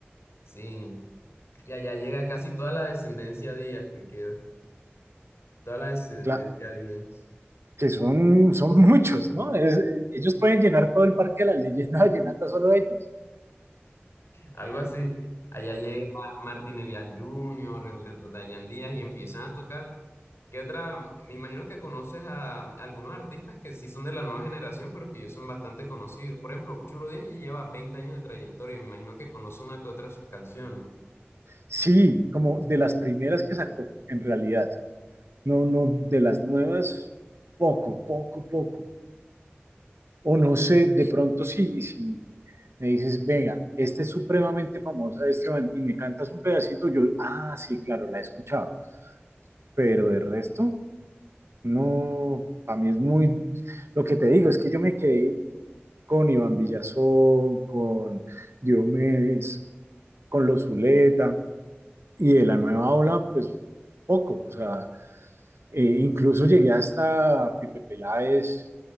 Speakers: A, on the left; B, on the right.
A: Sí. Y allá llega casi toda la descendencia Díaz que queda, toda la descendencia
B: claro,
A: Díaz.
B: que son, son muchos, ¿no? Es, ellos pueden llenar todo el parque de la leyenda vallenata solo ellos.
A: Algo así. Allá llega Martín Elías Jr., el de Dayan Díaz y empiezan a tocar. ¿Qué otra? Me imagino que conoces a algunos artistas que sí son de la nueva generación, pero que ya son bastante conocidos. Por ejemplo, Churo Díaz ya lleva 20 años de trayectoria. Me imagino que conoce una que otra de sus canciones.
B: Sí, como de las primeras que sacó, en realidad. No, no, de las nuevas, poco, poco, poco. O no sé, de pronto sí si me dices, venga, esta es supremamente famosa, Esteban, y me cantas un pedacito, yo, ah, sí, claro, la he escuchado. Pero de resto, no, a mí es muy, lo que te digo es que yo me quedé con Iván Villazón, con Diomedes, con los Zuleta, y de la nueva ola, pues poco, o sea, Eh, incluso llegué hasta Pipe Peláez